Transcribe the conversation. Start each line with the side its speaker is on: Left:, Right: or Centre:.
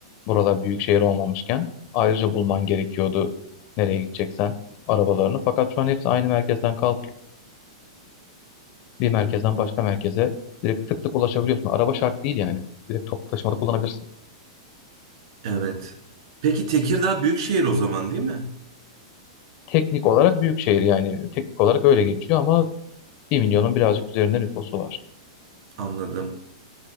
Left: Buralar büyük şehir olmamışken. Ayrıca bulman gerekiyordu nereye gideceksen arabalarını. Fakat şu an hepsi aynı merkezden kalkıyor. Bir merkezden başka merkeze direkt tık tık ulaşabiliyorsun. Araba şart değil yani. Direkt toplu taşımada kullanabilirsin.
Right: Evet. Peki Tekirdağ büyük şehir o zaman değil mi?
Left: Teknik olarak büyük şehir yani teknik olarak öyle geçiyor ama bir milyonun birazcık üzerinde nüfusu var.
Right: Anladım.